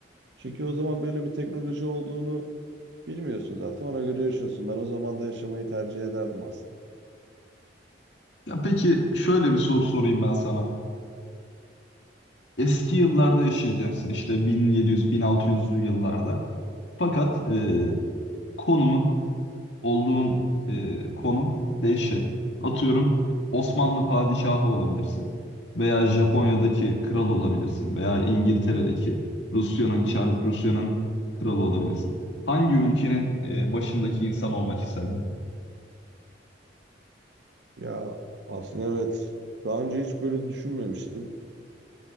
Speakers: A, on the right (about 70°); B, on the left (about 80°).
A: Çünkü o zaman böyle bir teknoloji olduğunu bilmiyorsun zaten. Ona göre yaşıyorsun. Ben o zaman da yaşamayı tercih ederdim aslında.
B: Ya peki şöyle bir soru sorayım ben sana. eski yıllarda yaşayacaksın işte 1700-1600'lü yıllarda. Fakat e, konumun olduğun e, konum değişecek. Atıyorum Osmanlı padişahı olabilirsin veya Japonya'daki kral olabilirsin veya İngiltere'deki Rusya'nın Çarlık Rusya'nın kralı olabilirsin. Hangi ülkenin e, başındaki insan olmak isterdin?
A: Ya aslında evet. Daha önce hiç böyle düşünmemiştim.